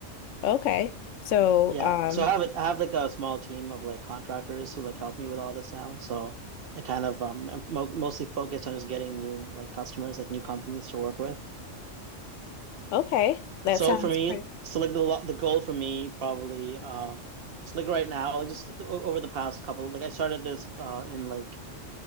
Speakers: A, on the left; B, on the right.
A: Okay. So
B: Yeah.
A: um
B: So I have it. I have like a small team of like contractors who like help me with all this now. So I kind of um am mo mostly focused on just getting new like customers, like new companies to work with.
A: okay, that
B: So
A: sounds
B: for me,
A: pretty
B: so like the lo- the goal for me probably uh, so like right now, like just o- over the past couple, like I started this uh in like